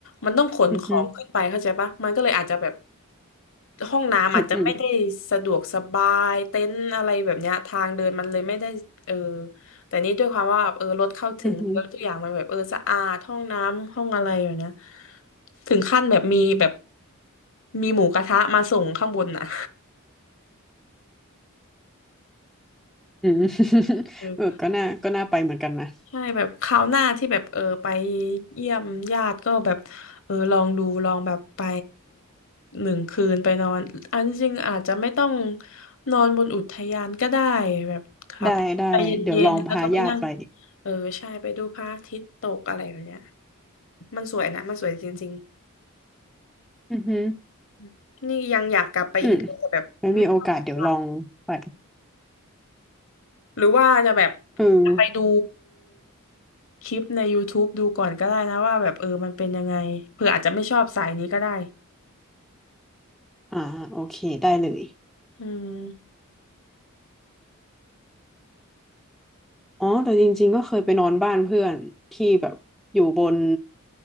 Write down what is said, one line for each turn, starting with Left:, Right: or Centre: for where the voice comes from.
Left: มันต้องขนของขึ้นไปเข้าใจปะมันก็เลยอาจจะแบบ
Centre: อือฮึ
Left: ห้องน้ำอาจจะไม่ได้สะดวกสบายเต็นท์อะไรแบบเนี้ยทางเดินมันเลยไม่ได้เออ
Centre: อืออือ
Left: แต่นี้ด้วยความว่าเออรถเข้าถึงแล้วทุกอย่างมันแบบเออสะอาดห้องน้ำห้องอะไรอย่างเนี้ย
Centre: อือฮึ
Left: ถึงขั้นแบบมีแบบมีหมูกระทะมาส่งข้างบนอ่ะ
Centre: อือ <laughs>
Left: <laughs>
Centre: เออก็น่าก็น่าไปเหมือนกันนะ
Left: ใช่แบบคราวหน้าที่แบบเออไปเยี่ยมญาติก็แบบเออลองดูลองแบบไปหนึ่งคืนไปนอนเอันจริงๆอาจจะไม่ต้องนอนบนอุทยานก็ได้แบบครับไปเย็นๆแล้วก็ไปนั่ง
Centre: ได้ได้เดี๋ยวลองพาญาติไป
Left: เออใช่ไปดูพระอาทิตย์ตกอะไรแบบเนี้ยมันสวยนะมันสวยจริง
Centre: อือฮึ
Left: ๆนี่ยังอยากกลับไปอีกแต่แบบไม่มีเวลา
Centre: อืมไม่มีโอกาสเดี๋ยวลองไป
Left: หรือว่าจะแบบ
Centre: เออ
Left: จะไปดูคลิปใน YouTube ดูก่อนก็ได้นะว่าแบบเออมันเป็นยังไงเผื่ออาจจะไม่ชอบสายนี้ก็ได้
Centre: อ่าโอเคได้เลย
Left: อืม
Centre: อ๋อแต่จริงๆก็เคยไปนอนบ้านเพื่อนที่แบบอยู่บน